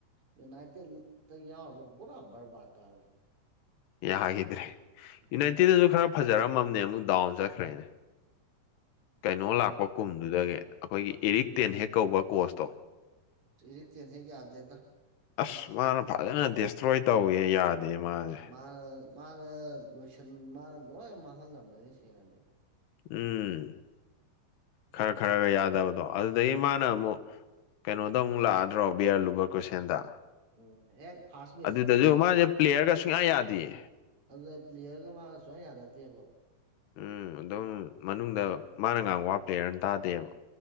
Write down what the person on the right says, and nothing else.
ꯌꯨꯅꯥꯏꯇꯦꯠꯇ ꯌꯥꯎꯔꯨꯕ ꯄꯨꯔꯥ ꯕꯔꯕꯥꯠ ꯇꯥꯔꯦ
ꯎꯝ
ꯏꯔꯤꯛ ꯇꯦꯟꯖꯤ ꯌꯥꯗꯦꯗ
ꯃꯥꯅ ꯃꯥꯅ ꯂꯣꯏꯁꯤꯟ ꯃꯥꯅ ꯂꯣꯏꯅ ꯃꯥꯡꯍꯜꯂꯝꯕꯅꯤ ꯁꯦꯡꯅꯗꯤ
ꯑꯗꯣ
ꯎꯝ ꯍꯦꯛ ꯐꯥꯔꯁ ꯃꯦꯠꯆꯇꯅꯦ
ꯁꯦꯛ
ꯑꯗꯨꯅꯦ ꯄ꯭ꯂꯦꯌꯔꯒ ꯃꯥꯒ ꯁꯨꯡꯌꯥ ꯌꯥꯅꯗꯦꯕ